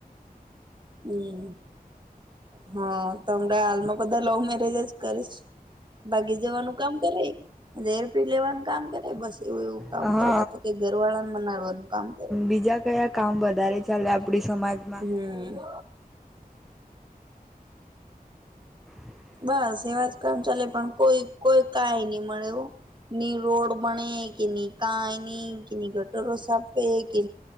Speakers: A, on the right; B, in the centre.
A: હમ હા તો હમણાં હાલમાં બધા લવ મેરેજ જ કરે છે. ભાગી જવાનું કામ કરે રેર પી લેવાનું કામ કરે બસ એવું એવું. કામ
B: હા
A: કરે કા તો કઈ ઘર વાળામાં નડવાનું કામ કરે
B: બીજા કયા કામ વધારે ચાલે આપડી સમાજમાં?
A: હમ
B: હ
A: બસ એવા જ કામ ચાલે પણ કોઈ કોઈ કઈ નહી મળે એવું ની રોડ બને કે કાયની કે ગટરો સાફ કે